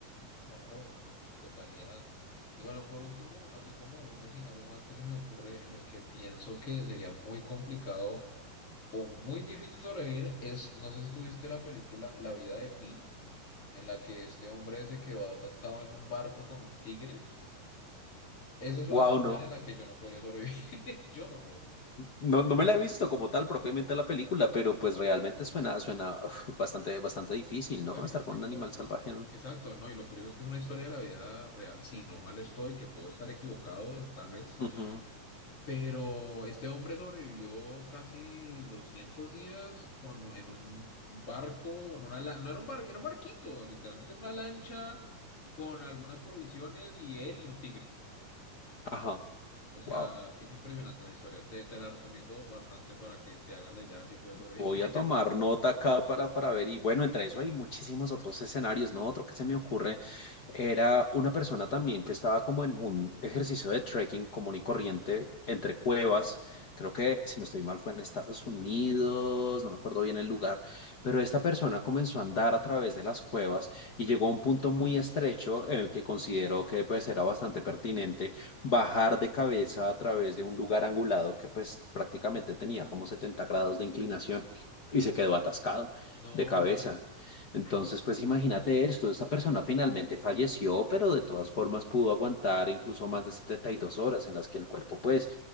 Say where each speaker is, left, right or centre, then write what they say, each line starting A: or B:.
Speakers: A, on the left; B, on the left.
A: Claro, en su totalidad. Y bueno, por último, así como un escenario más que se me ocurre en el que pienso que sería muy complicado o muy difícil sobrevivir es, no sé si tuviste la película La vida de Pi, en la que este hombre se quedó atascado en un barco con un tigre. Esa es una
B: Wow,
A: situación
B: no,
A: en la que yo no podría sobrevivir. <laughs> Yo no podría.
B: no, no me la he visto como tal propiamente la película, pero pues realmente suena, suena uf, bastante, bastante difícil, ¿no?
A: Bueno,
B: Estar
A: y es una
B: con
A: historia...
B: un animal salvaje en un...
A: Exacto, ¿no? Y lo curioso es que es una historia de la vida real. Si no mal estoy, que puedo estar equivocado, tal vez.
B: Ujú.
A: Pero este hombre sobrevivió casi 200 días con, en un barco, en una, la- no era un barco, era un barquito, literalmente era una lancha con algunas provisiones y él y un tigre.
B: Ajá,
A: O sea,
B: wow.
A: es impresionante esa historia. Te, te la recomiendo bastante para que te hagas la idea de ver si puedes sobrevivir.
B: Voy a tomar nota acá para, para ver. Y bueno, entre eso hay muchísimos otros escenarios, ¿no? Otro que se me ocurre era una persona también que estaba como en un ejercicio de trekking común y corriente entre cuevas. Creo que, si no estoy mal, fue en Estados Unidos, no me acuerdo bien el lugar, pero esta persona comenzó a andar a través de las cuevas y llegó a un punto muy estrecho en el que consideró que pues era bastante pertinente bajar de cabeza a través de un lugar angulado que pues prácticamente tenía como 70 grados de inclinación y se quedó atascado
A: <laughs> No.
B: de cabeza. Entonces, pues imagínate esto, esta persona finalmente falleció, pero de todas formas pudo aguantar incluso más de 72 horas en las que el cuerpo, pues,